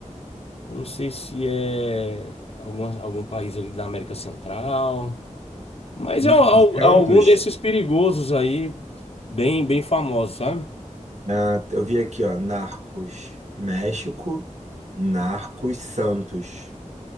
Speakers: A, on the left (about 50°); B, on the right (about 65°).
A: eu não sei se é algum, algum país ali da América Central. Mas
B: Narcos
A: é, al-
B: Santos?
A: é algum desses perigosos aí, bem, bem famosos, sabe?
B: Ah, eu vi aqui, ó. Narcos México, Narcos Santos.